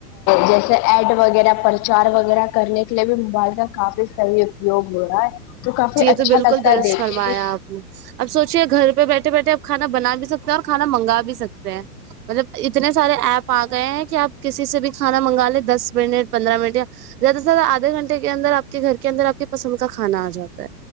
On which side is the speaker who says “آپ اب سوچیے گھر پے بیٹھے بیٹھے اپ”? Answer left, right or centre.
Right